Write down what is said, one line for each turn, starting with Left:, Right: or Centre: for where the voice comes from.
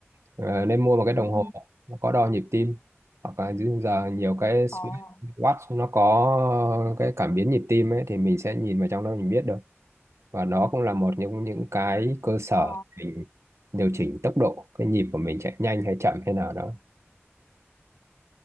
Right: Ờ, nên mua một cái đồng
Left: Ừ.
Right: hồ nó có đo nhịp tim hoặc là dưới giờ nhiều cái
Left: Ồ,
Right: watch nó có cái cảm biến nhịp tim ấy thì mình sẽ nhìn vào trong đó mình biết được và đó cũng là một những những cái cơ sở
Left: ờ,
Right: để mình điều chỉnh tốc độ cái nhịp của mình chạy nhanh hay chậm hay nào đó